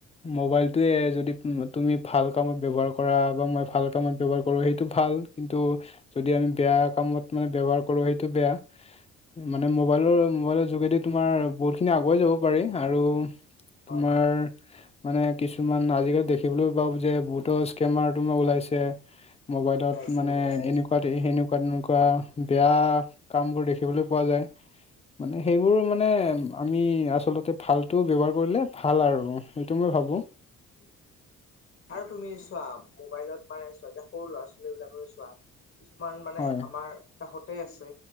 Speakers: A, on the left; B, on the left.
A: মোবাইলটোয়ে যদি তুমি ভাল কামত ব্যৱহাৰ কৰা বা মই ভাল কামত ব্যৱহাৰ কৰোঁ সেইটো ভাল কিন্তু যদি আমি বেয়া কামত মানে ব্যৱহাৰ কৰোঁ সেইটো বেয়া। মানে মোবাইলৰ মোবাইলৰ যোগেদি তোমাৰ বহুতখিনি আগুৱাই যাব পাৰি আৰু
B: হয়
A: তোমাৰ মানে কিছুমান আজিকালি দেখিবলৈ পাওঁ যে পাওঁ যে স্কেমাৰ তোমাৰ ওলাইছে। মোবাইলত
B: ওলাইছে
A: মানে
B: ওলাইছে
A: এনেকুৱা সেনেকুৱা তেনেকুৱা
B: অ
A: বেয়া
B: হয়
A: কামবোৰ দেখিবলৈ পোৱা যায়। মানে সেইবোৰ মানে
B: অ',
A: আমি আচলতে
B: উম,
A: ভাল টো ব্যৱহাৰ কৰিলে ভাল আৰু সেইটো মই ভাবোঁ।
B: উম, বুজিলো। আৰু তুমি চোৱা মোবাইলত মানে চোৱা এতিয়া সৰু ল'ৰা ছোৱালীবিলাকে চোৱা। কিছুমান মানে
A: হয়
B: আমাৰ কাষতে আছে